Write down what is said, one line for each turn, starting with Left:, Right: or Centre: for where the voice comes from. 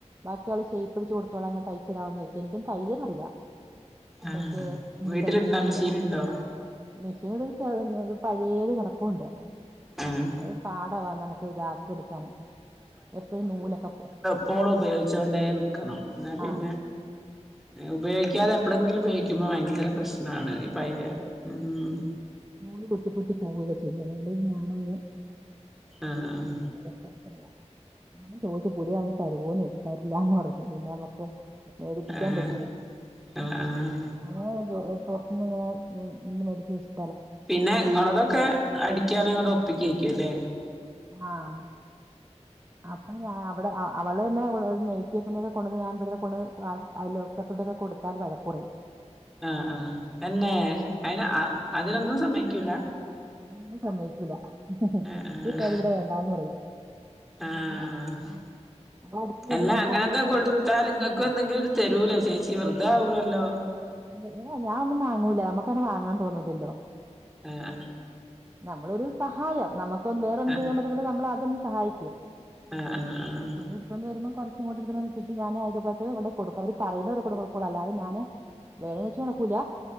Right: ബാക്കിയൊള്ള ഷേയ്പ്പടിച്ച് കൊടുത്തോള അങ്ങന തയ്ച്ചരാവോന്ന് ചെയ്ച്ച് എനിക്കും തയല്ലറിയാം
Centre: ആഹ്
Right: പഷേ
Centre: വീട്ടിലുണ്ടോ
Right: ഞാ തയിപ്പിക്കൂല
Centre: മെഷീനുണ്ടോ
Right: മെഷീൻ <unintelligible> പഴേത് കെടപ്പോണ്ട്
Centre: ആഹ്
Right: അത് പാടാവാ നമുക്ക് ഇതാക്കി എടുക്കാന് എപ്പോഴും നൂലൊക്കെ പോം
Centre: പ്പോളുപയോഗിച്ചു കൊണ്ടേ നിക്കണം എന്നാ പിന്നെ
Right: ആഹ്
Centre: ഉപയോഗിക്കാതെ എപ്പളെങ്കിലും ഉപയോഗിക്കുമ്പോ ഭയങ്കര പ്രശ്നാണ് ഈ പഴേയെ ഉം
Right: നുല് പൊട്ടിപ്പൊട്ടി പോവുകക്കെ ചെയ്യും അതുകൊണ്ട് ഞാനൊന്ന്
Centre: ആഹ്
Right: ഓഹ് ഞാനും ചോയ്ച്ചു പുതിയ തരുവോന്ന് ചോയിച്ചു തരില്ലന്ന് പറഞ്ഞു പിന്നെ നമ്മക്ക് മേടിപ്പിക്കാൻ
Centre: ആഹ്
Right: പറ്റുലല്ലോ
Centre: ആഹ് ആഹ്
Right: അങ്ങനെ ജോ പൊറത്തുന്ന് ഞാൻ ന്ന് മേടി <unintelligible>
Centre: പിന്നെ ഇങ്ങളതൊക്കെ അടിക്കാനങ്ങോട്ട് ഒപ്പിയ്ക്കാക്കുലേ
Right: ആമ് അപ്പോ ഞാൻ അവടെ അവള്ന്നെ നെയ്റ്റി തുണിയൊക്കെ കൊട്ന്ന് ഞാൻ ഇവിടുന്ന് കൊ ഐലോക്കത്തോടൊക്കെ കൊടുത്താൽ വഴക്കൊറയും
Centre: ആഹ് ആഹ് തന്നെ അതിന് അതിനൊന്നും സമ്മയിക്കൂല
Right: ഒന്നിനും സമയിക്കുലാ <unintelligible>
Centre: ആഹ് ആഹ്
Right: ഇവിടെ വേണ്ടാന്ന് പറയും
Centre: ആഹ്
Right: നമ്മള അടുത്ത വീട്ടിൽ
Centre: അല്ല
Right: നമുക്ക്
Centre: അങ്ങനെന്തോ
Right: അറിയാവുന്ന
Centre: കൊടുത്താൽ
Right: വീട്ടുകാരൊക്കെ കൊടുക്കുമ്പോഴേ
Centre: ഇങ്ങക്കും എന്തെങ്കിലൊരു തരൂലേ ചേച്ചി വെറുതെ ആവൂലല്ലോ
Right: ഏഹ് ഞാ ഒന്നും മാങ്ങൂല നമ്മുക്കന്നെ വാങ്ങാൻ തോന്നൂലല്ലോ
Centre: ആഹ്
Right: നമ്മളൊരു സഹായം നമുക്കൊന്ന് വേറൊന്നും
Centre: ആഹ്
Right: ചെയ്യാൻ പറ്റുന്ന നമ്മള അതൊന്ന് സഹായിക്കും
Centre: ആഹ് ആഹ് ആഹ്
Right: തുണിയെടുത്തൊണ്ട് വരുമ്പോ കൊറച്ചിങ്ങോട്ട് എടുന്ന് വെച്ചട്ട് ഞാന് അയിലോകത്ത് കൊണ്ടെകൊടുക്കും അവര് പറയ്ബോ കൊടുകുള്ളു അല്ലാതെ ഞാന് <unintelligible> വെച്ച് കൊടുക്കൂല